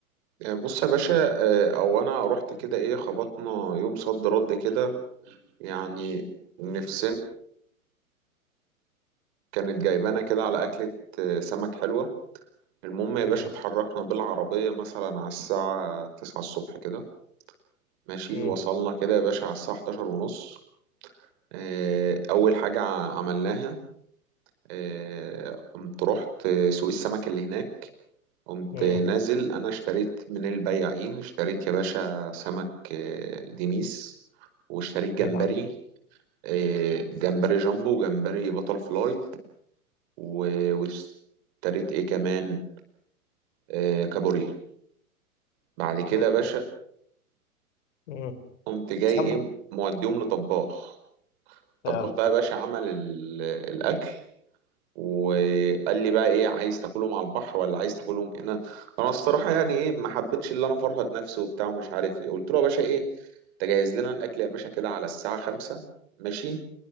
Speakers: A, on the right; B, on the left.
A: آه، بص يا باشا آه، او انا رحت كده ايه خبطنا يوم صد رد كده يعني نفسنا كانت جايبانا كده على اكلة آه، سمك حلوة المهم يا
B: مم.
A: باشا اتحركنا بالعربية مثلا على الساعة تسعة الصبح كده ماشي
B: مم.
A: وصلنا كده يا باشا على الساعة حداشر ونص اه، أول حاجة ع- عملناها اه، قمت رحت سوق السمك اللي هناك قمت
B: مم.
A: نازل أنا اشتريت من البياعين اشتريت يا باشا سمك اه، دينيس واشتريت جمبري
B: هيلعب
A: اه، جمبري جامبو وجمبري بطل فلاي و- واشتريت ايه كمان اه، كابوريا بعد كده
B: لا
A: يا باشا
B: لا مم.
A: قمت جاي
B: سمع
A: ايه موديهم لطباخ الطباخ
B: آه
A: بقى يا باشا عمل ال- الاكل وقال لي بقى ايه عايز تاكلهم على البحر ولا عايز تاكلهم هنا انا الصراحه يعني ايه ما حبيتش اللي انا فرهد نفسي وبتاع ومش عارف ايه قلت له يا باشا ايه تجهز لنا الاكل يا باشا كده على الساعه خمسة ماشي